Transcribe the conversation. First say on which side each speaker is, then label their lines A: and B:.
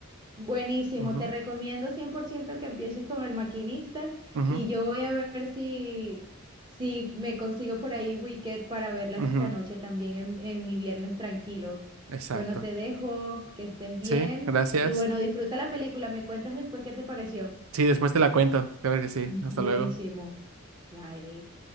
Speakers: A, on the right; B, on the right.
A: Buenísimo,
B: Ujú,
A: te recomiendo 100% que empieces con El Maquinista
B: ujú,
A: y yo voy a ver si, si me consigo por ahí Wicked para verla
B: ujú,
A: esta noche también en, en mi viernes tranquilo.
B: Exacto.
A: Bueno, te dejo, que estés bien
B: Sí, gracias.
A: y bueno, disfruta la película, me cuentas después qué te pareció.
B: Sí, después te la cuento. Claro que sí.
A: Buenísimo.
B: Hasta luego.
A: Bye.